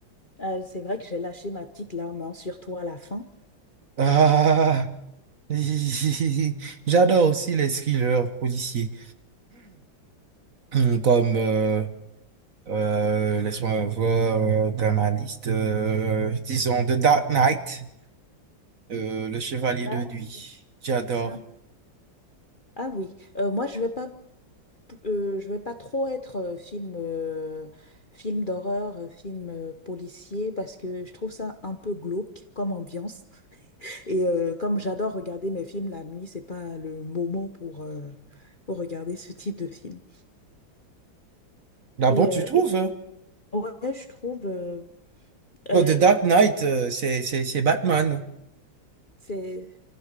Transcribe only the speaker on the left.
euh, c'est vrai que j'ai lâché ma petite larme, hein, surtout à la fin.
Ouais.
Ça- Ah oui, Euh, moi je vais pas, euh, je vais pas trop être euh, film, euh, film d'horreur, euh, film euh, policier parce que je trouve ça un peu glauque comme ambiance. Et euh, comme j'adore regarder mes films la nuit, c'est pas le moment pour, euh, pour regarder ce type de film.
Et,
euh,
et-
ouais, je trouve euh, euh,
c'est